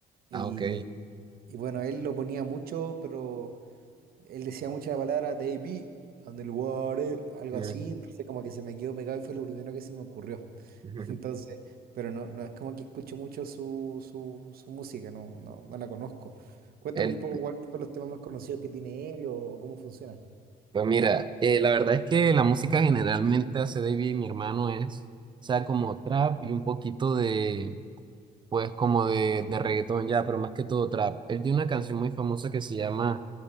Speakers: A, on the right; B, on the right.
A: y...
B: Ah, ok.
A: Y bueno, él lo ponía mucho, pero Él decía mucho la palabra Davey, Underwater, algo
B: <laughs>
A: así, entonces como que se me quedó pegado y fue lo primero que se me ocurrió.
B: Ujú.
A: <laughs> Entonces, pero no, no es como que escucho mucho su, su, su música, no, no, no la conozco. Cuéntame
B: El
A: un poco cuáles son los temas más conocidos que tiene él o cómo funciona.
B: Pues mira, eh, la verdad es que la música generalmente hace David y mi hermano es, o sea, como trap y un poquito de, pues como de, de reggaetón ya, pero más que todo trap. Él tiene una canción muy famosa que se llama